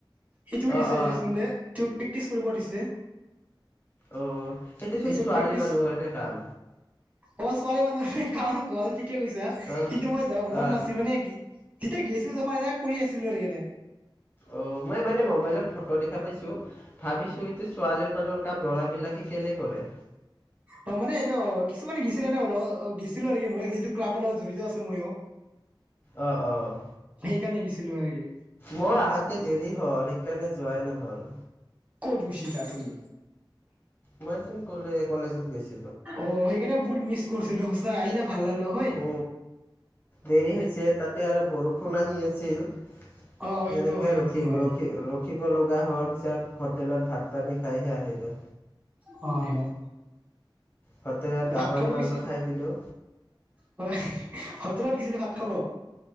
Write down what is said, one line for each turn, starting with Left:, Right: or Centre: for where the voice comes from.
Right: এইটো
Left: অ',
Right: দিছে
Left: অ',
Right: দেক চোন দে। প্ৰেক্টিচ কৰিব দিছে।
Left: অ' সেইটোচোন
Right: এচ
Left: ছোৱালী
Right: প্ৰেক্টিচ
Left: মানুহৰহে কাম।
Right: অ ছোৱালী মানুহে <unintelligible> ঠিকে কৈছা।
Left: অ'।
Right: কিন্তু মই যাওক মন
Left: অ'
Right: নাছিল মানে কি? তেতেয়া গেছিলো ত এনে কৰি আছিলো এনে
Left: অ মই মানে মবাইলত ফটো দেখা পাইছো। ভাবিছো এতিয়া ছোৱালীৰ মানুহৰ কাম ল'ৰাবলাকে কেলে কৰে।
Right: অ মানে এতিয়া অ কিছুমানে গিছিলে নেল গিছিলো আৰু কি মই যিটো ক্লাবৰ লগত জড়িত আছো মইও
Left: অঁ অঁ
Right: কেনে গৈছিলো আৰু গে
Left: মোৰ আহাতে দেৰি হ'ল সেইকাৰণে যোৱাই নহ'ল।
Right: ক'ত গুচিলা তুমি?
Left: মই চোন কলে কলেজত গৈছিলো।
Right: অ সেইকাৰণে বহুত মিছ কৰিছিলোঁ। আহিলে। ভাল লাগিলে হয়
Left: উ দেৰি হৈছে তাতে আৰু বৰষুণ আহি আছিল সেনেকে
Right: অ সেইটো হয়
Left: ৰখি
Right: সেইটো হয়
Left: ৰখি ৰখিব। লগা হোৱাৰ পিছত হোটেলত ভাত পানী খাইহে আহিলোঁ।
Right: হয় হয়
Left: হোটেলত গাহৰি
Right: ভাত খাব
Left: মাংস
Right: গৈছি।
Left: খাই দিলোঁ
Right: হয়। লত গছিলি ভাত খাব।